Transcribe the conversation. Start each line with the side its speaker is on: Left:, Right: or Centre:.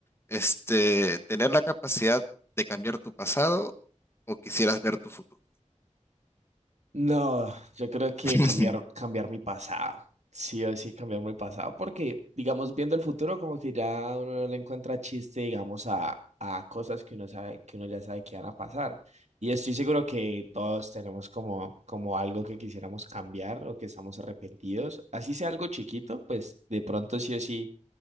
Left: Este, ¿tener la capacidad de cambiar tu pasado o quisieras ver tu futuro?
Right: No, yo creo que
Left: <laughs>
Right: cambiar, cambiar mi pasado. Sí o sí, cambiar mi pasado. Porque, digamos, viendo el futuro, como que ya uno no le encuentra chiste, digamos, a, a cosas que uno sabe, que uno ya sabe que van a pasar. Y estoy seguro que todos tenemos como, como algo que quisiéramos cambiar o que estamos arrepentidos. Así sea algo chiquito, pues de pronto sí o sí,